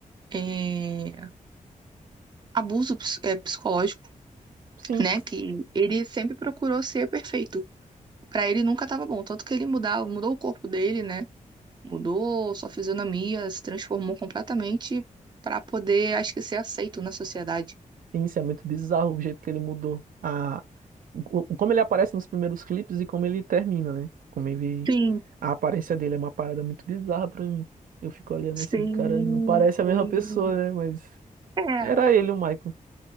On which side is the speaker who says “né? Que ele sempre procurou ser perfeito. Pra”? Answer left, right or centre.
Right